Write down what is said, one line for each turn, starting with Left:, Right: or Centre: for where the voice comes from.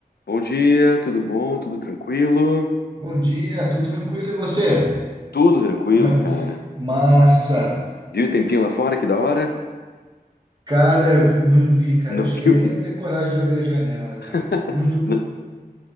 Left: Bom dia, tudo bom? Tudo tranquilo?
Right: Bom dia, tudo tranquilo e você?
Left: Tudo tranquilo,
Right: Como é?
Left: cara.
Right: Massa!
Left: Viu o tempinho lá fora? Que da hora?
Right: Cara, eu não vi, cara,
Left: Não
Right: não cheguei
Left: viu?
Right: nem a ter coragem de abrir a janela, cara.
Left: <laughs>
Right: Muito,
Left: Não-